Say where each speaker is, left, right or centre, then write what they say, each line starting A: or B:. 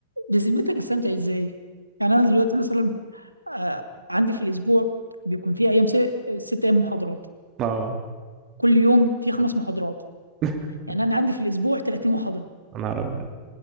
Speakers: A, on the right (about 85°); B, on the right (about 35°).
A: بذمتك استمتع ازاي يعني انا دلوقتي مثلا آه، عندي في الاسبوع بيكون في ايام س- ست ايام محاضرات
B: اه
A: كل يوم في خمس محاضرات
B: <laughs>
A: يعني انا عندي في الاسبوع 30 محاضرة
B: انا ابيض